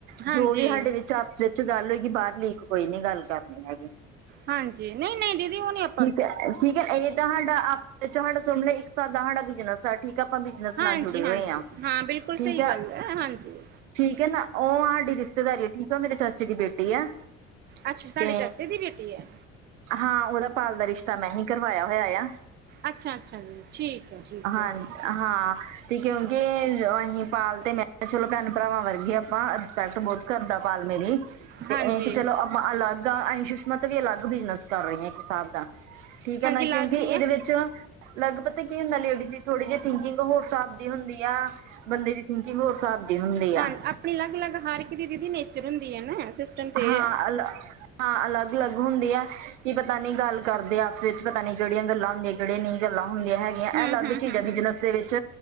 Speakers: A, on the right; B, on the right.
A: ਹਾਂਜੀ।
B: ਜੋ ਵੀ ਹਾਡੇ ਵਿੱਚ ਆਪਸ ਗੱਲ ਹੋਏਗੀ, ਬਾਰ ਲੀਕ ਕੋਈ ਨੀ ਗੱਲ ਕਰਨੀ ਹੈਗੀ।
A: ਹਾਂਜੀ ਨਈਂ-ਨਈਂ ਦੀਦੀ ਓਨੀ ਅ
B: ਠੀਕੈ-ਠੀਕੈ ਏਤਾਂ ਹਾਡਾ ਆਪ ਤੁਆਡੇ ਸਮਾਣੇ ਇੱਕ ਸਾਲ ਦਾ ਸਾਡਾ ਬਿਜਨਸ ਐ। ਠੀਕ ਆ ਆਪਾ ਬਿਜਨਸ
A: ਹਾਂਜੀ-ਹਾਂਜੀ
B: ਨਾਲ ਜੁੜੇ ਹੋਏ ਆ,
A: ਹਾਂ ਬਿਲਕੁਲ
B: ਠੀਕੈ।
A: ਸਹੀ ਗੱਲ ਹੈ ਹਾਂਜੀ।
B: ਠੀਕ ਆ ਨਾ, ਓ ਸਾਡੀ ਰਿਸ਼ਤੇਦਾਰੀ ਆ ਠੀਕ ਆ, ਓ ਮੇਰੇ ਚਾਚੇ ਦੀ ਬੇਟੀ ਐ।
A: ਅੱਛਾ ਸਾਡੇ
B: ਤੇ
A: ਚਾਚੇ ਦੀ ਬੇਟੀ ਹੈ
B: ਹਾਂ, ਓਦਾ ਪਾਲ ਦਾ ਰਿਸ਼ਤਾ ਮੈਂ ਹੀ ਕਰਵਾਇਆ ਹੋਆਯਾ,
A: ਅੱਛਾ-ਅੱਛਾ ਜੀ ਠੀਕ ਹੈ ਠੀਕ
B: ਹਾਂਜੀ।
A: ਹੈ।
B: ਹਾਂ ਤੇ ਕਿਉਂਕਿ ਅਹੀ ਪਾਲ ਤੇ ਮੈਂ ਚਲੋ, ਭੈਣ-ਭਰਾਵਾਂ ਵਰਗੇ ਆਪਾਂ ਰਿਸਪੈਕਟ ਬੋਤ ਕਰਦਾ ਪਾਲ ਮੇਰੀ। ਤੇ
A: ਹਾਂਜੀ।
B: ਇਹ ਕਿ ਚਲੋ ਆਪਾਂ ਅਲੱਗ ਆ। ਅਸੀਂ ਸੁਸ਼ਮਾਂ ਤੋਵੀ ਅਲੱਗ ਬਿਜਨਸ ਕਰ ਰੇਆ ਇੱਕ ਹਿਸਾਬ ਦਾ। ਠੀਕੈ ਨਾ
A: ਅਲੱਗ
B: ਕਿਉਂਕਿ
A: ਹੀ ਆ
B: ਈਦੇ ਵਿੱਚ ਲਗਭਗ ਤੇ ਕੀ ਹੁੰਦਾ ਲੇਡੀਜ ਦੀ ਥੋੜੀ ਜੇਈ ਥਿਕਿੰਗ ਹੋਰ ਸਾਬ ਦੀ ਹੁੰਦੀ ਆ ਬੰਦੇ ਦੀ ਥਿਕਿੰਗ ਹੋਰ ਹਿਸਾਬ ਦੀ ਹੁੰਦੀ
A: ਹਾਂ
B: ਆ।
A: ਆਪਣੀ ਅਲੱਗ-ਅਲੱਗ ਹਰ ਇੱਕ ਦੀ ਜਿਹਦੀ ਨੇਚਰ ਹੁੰਦੀ ਆ ਨਾ ਸਿਸਟਮ ਤੇ
B: ਹਾਂ
A: ਇਹ ਹੈ।
B: ਅਲ ਹਾਂ ਅਲੱਗ-ਅਲੱਗ ਹੁੰਦੀ ਆ ਕੀ ਪਤਾ ਨੀ ਗੱਲ ਕਰਦੇ ਆਪਸ ਵਿੱਚ ਪਤਾ ਨੀ ਕਿਹੜੀਆਂ ਗੱਲਾਂ ਹੁੰਦੀਆਂ, ਕਿਹੜੀਆਂ ਨਹੀਂ ਗੱਲਾਂ ਹੁੰਦੀਆਂ ਹੈਗੀਆਂ, ਐ
A: ਹੂੰ-ਹੂੰ-ਹੂੰ-ਹੂੰ-ਹੂੰ
B: ਅਲੱਗ ਚੀਜ਼ ਬਿਜਨਸ ਦੇ ਵਿੱਚ